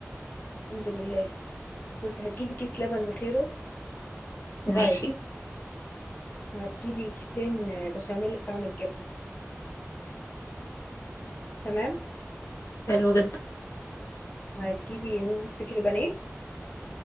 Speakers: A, on the left; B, on the left.
A: الحمد لله بس هتجيبي كيس لبن بخيره الصغير
B: ماشي
A: وهتجيبي كيسين بشاميل بطعم الجبنه تمام
B: حلو جدا
A: وهتجيبي نص كيلو بانيه